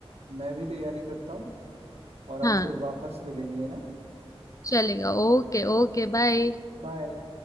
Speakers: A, on the right; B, on the left.
A: मैं भी तैयारी करता हूँ और हम
B: हाँ
A: फिर वापस मिलेंगे है ना
B: चलेगा ओके ओके बाय
A: बाय